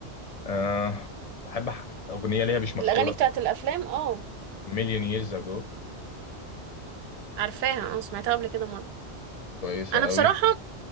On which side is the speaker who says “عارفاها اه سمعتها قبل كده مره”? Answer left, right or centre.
Right